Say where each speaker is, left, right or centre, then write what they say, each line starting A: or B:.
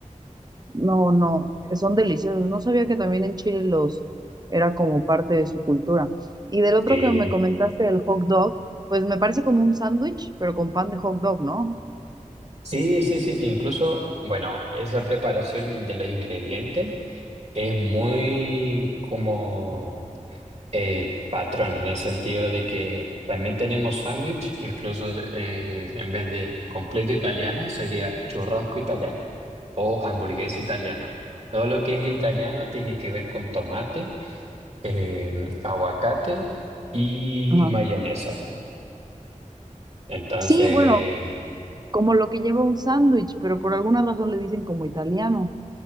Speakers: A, on the right; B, on the right.
A: No, no, son deliciosos. No sabía que también en Chile los era como parte de su cultura. Y del otro
B: Sí,
A: que me comentaste, el hot dog, pues me parece como un sándwich, pero con pan de hot dog, ¿no?
B: sí, sí, sí, incluso, bueno, esa preparación de los ingredientes es muy como... eh, patrón, en el sentido de que también tenemos sándwich, incluso eh, en vez de completo italiano sería churrasco italiano o hamburguesa italiana. Todo lo que es italiano tiene que ver con tomate, eh, aguacate y
A: Ajá.
B: mayonesa. Entonces,
A: Sí, bueno, como lo que lleva un sándwich, pero por alguna razón le dicen como italiano.